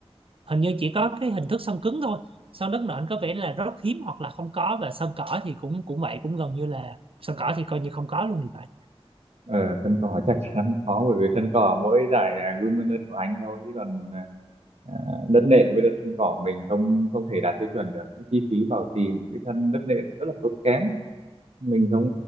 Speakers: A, on the right; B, on the right.
A: hình như chỉ có cái hình thức sân cứng thôi sân đất nện có vẻ là rất hiếm hoặc là không có và sân cỏ thì cũng cũng vậy cũng gần như là sân cỏ thì coi như không có luôn thì phải
B: ở sân cỏ <laughs> chắc chắn khó bởi vì sân cỏ mỗi giải à, Wimbledon của Anh thôi chứ còn à, à, đất nện với đất sân cỏ mình không không thể đạt tiêu chuẩn được Cái chi phí bảo trì một cái sân đất nện rất là tốn kém mình không